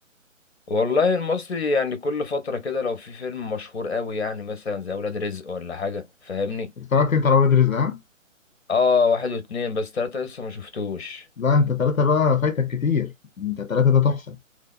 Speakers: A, on the left; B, on the left.
A: والله المصري يعني كل فترة كده لو في فيلم مشهور قوي يعني مثلا زي اولاد رزق ولا حاجة فاهمني
B: اتفرجت انت على ولاد رزق ها؟
A: اه واحد واتنين بس تلاتة لسه ما شفتوش
B: لا انت ثلاثة بقى فايتك كتير انت ثلاثة ده تحفة